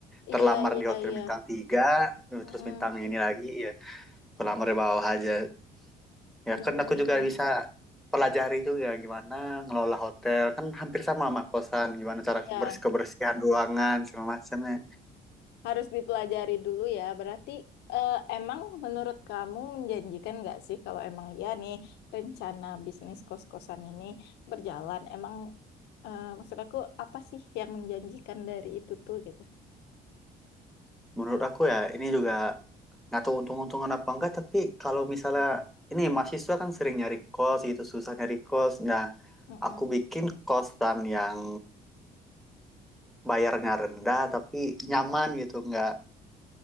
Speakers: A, in the centre; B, on the left (about 85°).
A: terlamar
B: Iya, iya,
A: di hotel
B: iya.
A: bintang tiga
B: Mm,
A: terus bintang
B: mm.
A: ini lagi ya aku lamar di bawah aja Ya
B: Bener,
A: kan aku
B: bener,
A: juga
B: bener.
A: bisa pelajari juga gimana ngelola hotel kan hampir sama sama kosan gimana cara
B: Iya.
A: bersih kebersihan ruangan segala macamnya.
B: harus dipelajari dulu ya. Berarti eh, emang menurut kamu menjanjikan nggak sih kalau emang ya nih rencana bisnis kos-kosan ini berjalan? Emang eh, maksud aku apa sih yang menjanjikan dari itu tuh gitu?
A: Menurut aku ya ini juga nggak tahu untung-untungan apa enggak tapi kalau misalnya ini mahasiswa kan sering nyari kos gitu susah nyari kos. Nah
B: Mm-mm.
A: aku bikin kosan yang bayarnya rendah tapi nyaman gitu nggak